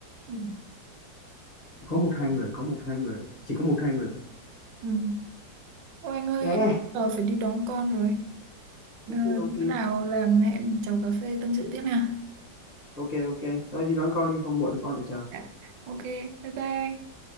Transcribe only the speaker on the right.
ừ.
Ừ. Ôi anh ơi,
em giờ phải đi đón con rồi. Ờ,
bữa
nào làm hẹn chầu cà phê tâm sự tiếp nha.
Dạ. Ok, bye bye.